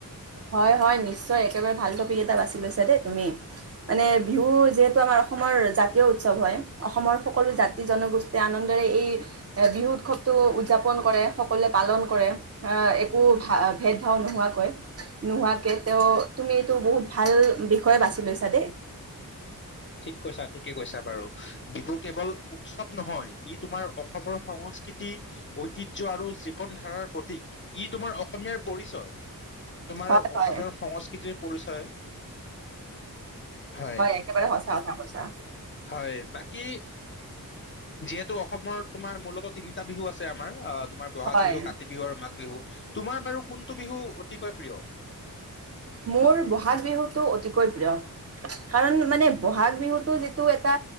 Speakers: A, on the right; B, on the left.
A: হয়-হয় নিশ্চয় একেবাৰে ভাল টপিক এটা বাছি লৈছা দেই তুমি, মানে বিহু যিহেতু আমাৰ অসমৰ জাতীয় উৎসৱ হয় অসমৰ সকলো জাতি জনগোষ্ঠীয়ে আনন্দৰে এই বিহু উৎসৱটো উদযাপন কৰে সকলোৱ পালন কৰে আ একো ভা ভেদ ভাৱ নোহোৱাকৈ । নোহোৱাকে তেওঁ তুমি এইটো বহুত ভাল বিষয়ে বাছি লৈছা দেই।
B: ঠিক কৈছা ঠিকে কৈছা বাৰু, বিহু কেৱল উৎসৱ নহয় ই তোমাৰ অসমৰ সংস্কৃতি ঐতিহ্য আৰু জী জীৱন ধাৰাৰ প্ৰতীক। ই তোমাৰ অসমীয়াৰ পৰিচয়। তোমাৰ
A: হয়
B: অসমৰ
A: হয়
B: সংস্কৃতিৰ পৰিচয়, হয়।
A: একেবাৰে সঁচা কথা কৈছা
B: হয়, বাকী যিহেতু অসমৰ তোমাৰ মূলত তিনিটা বিহু আছে আমাৰ, আ তোমাৰ বহাগ
A: হয়
B: বিহু, কাতি বিহু আৰু মাঘ বিহু, তোমাৰ বাৰু কোনটো বিহু অতিকৈ প্ৰিয় ।
A: মোৰ বহাগ বিহুটো অতিকৈ প্ৰিয়, কাৰণ মানে বহাগ বিহুটো যিটো এটা